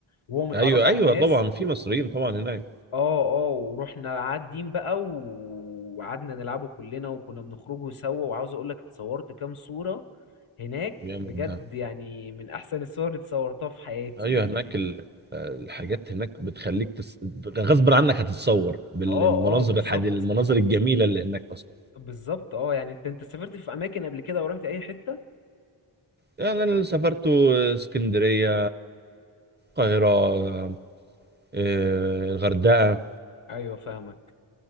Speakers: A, on the left (about 85°); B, on the right (about 20°).
A: وهو متعرف
B: ايوه
A: على
B: ايوه
A: ناس
B: طبعا في مصريين طبعا هناك
A: اه اه ورحنا قاعدين بقى و- وقعدنا نلعبه كلنا وكنا بنخرجوا سوا وعاوز اقول لك اتصورت كام صوره هناك
B: جامد
A: بجد
B: ده
A: يعني من احسن الصور اللي اتصورتها في حياتي
B: ايوه
A: يعني
B: هناك ال... الحاجات هناك بتخليك تس... غصب عنك هتتصور بالمناظر
A: اه اه بالظبط
B: الحدي... المناظر الجميله اللي هناك اصلا
A: بالظبط اه يعني انت انت سافرت في اماكن قبل كده ورحت اي حته
B: يعني انا اللي سافرت اسكندريه القاهره آه، الغردقه
A: ايوه فاهمك